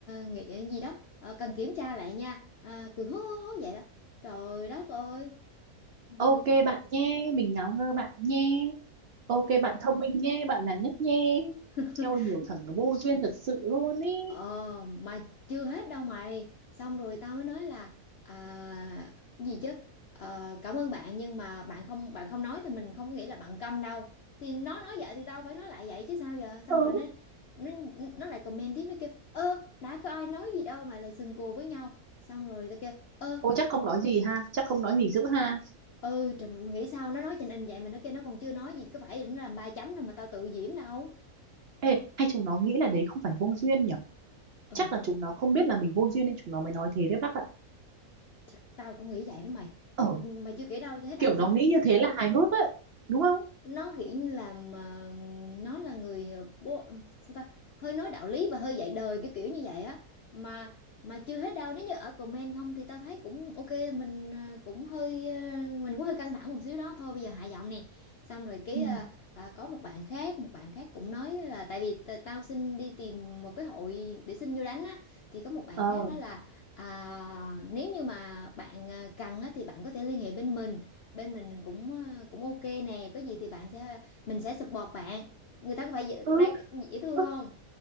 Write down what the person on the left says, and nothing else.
nghĩ ờ, gì đó Ờ, cần kiểm tra lại nha Ờ, cười hố hố hố vậy đó trời đất ơi người
<laughs>
Ờ mà chưa hết đâu mày Xong rồi tao mới nói là à, Gì chứ Ờ, Cảm ơn bạn nhưng mà bạn không bạn không nói Thì mình không có nghĩ là bạn câm đâu Thì nó nói vậy thì tao phải nói lại vậy chứ sao giờ Xong
rồi nó nó, nó lại comment tiếp Nó kêu ơ đã có ai nói gì đâu Mà lại sừng cù với nhau Xong rồi tao kêu ơ
ừ trùm, nghĩ sao nó nói trình in vậy mà nó kêu nó còn chưa nói gì Có phải nó làm ba chấm đâu mà tao tự diễn đâu
Ừ
chắc tao cũng nghĩ vậy đó mày
mày chưa kể đâu hết đâu
xong
nó kiểu như là mà nó là người ờ, bố sao ta hơi nói đạo lý và hơi dạy đời kiểu kiểu như vậy á mà mà chưa hết đâu nếu như ở comment không thì tao thấy cũng ok mình ờ, cũng hơi ờ, mình cũng hơi căng thẳng một xíu đó thôi bây giờ hạ giọng nè xong rồi cái
ờ, à, có một bạn khác một bạn khác cũng nói là tại vì t- tao xin đi tìm một cái hội để xin vô đánh á thì có một bạn
khác nói là à, nếu như mà bạn ờ, cần á, thì bạn có thể liên hệ bên mình bên mình cũng ờ, cũng ok nè có gì thì bạn sẽ mình sẽ support bạn người ta có phải dễ,
ra- dễ thương
không